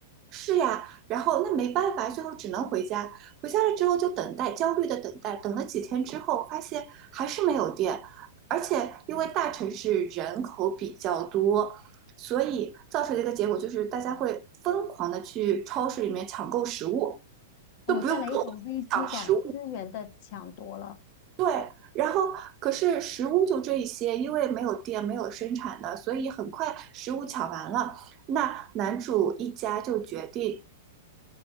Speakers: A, on the right; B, on the left.
A: 是呀，然后那没办法，最后只能回家。回家了之后就等待，焦虑的等待，等了几天之后，发现还是没有电，而且因为大城市人口比较多，所以造成的一个结果就是大家会疯狂的去超市里面抢购食物，
B: 哦，
A: 都不用购，
B: 带来一种危机感，
A: 抢食物
B: 资源的抢夺了。
A: 对，然后可是食物就这一些，因为没有店，没有生产的，所以很快食物抢完了。那男主一家就决定